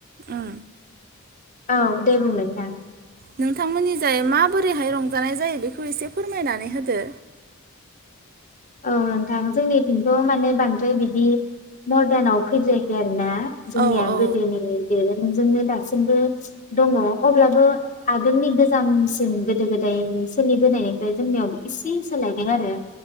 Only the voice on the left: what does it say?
औ दे बुंलाय नोंथां।
औ नोंथां जोंनिथिंथ' माने बांद्राय बिदि मरदानाव फैद्रायाखै आरो ना। जोंनिया
गोदोनि दोरों जोंनो दासिमबो दङ अब्लाबो आगोलनि गोजामसिन गोदो गोदायनि सोलिबोनायनिफ्राय जोंनियाव इसे सोलायदों आरो।